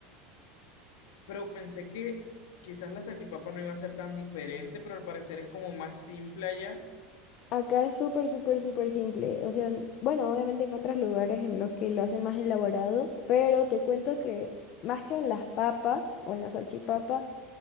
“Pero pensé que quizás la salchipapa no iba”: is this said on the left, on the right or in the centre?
Left